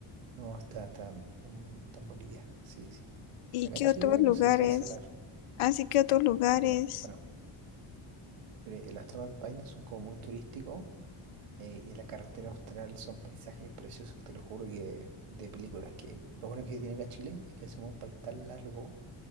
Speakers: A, on the right; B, on the left.
A: No, está tan, tan, tan Bolivia, sí, sí.
B: ¿Y
A: Acá
B: qué
A: en Chile
B: otros lugares?
A: no sé si hay salar.
B: Así que otros lugares.
A: Mira, bueno. pre- las Torres del Paine son como muy turísticos eh, y la carretera austral son paisajes preciosos, te lo juro que de películas. Que lo bueno que tiene acá Chile es que somos un país tan largo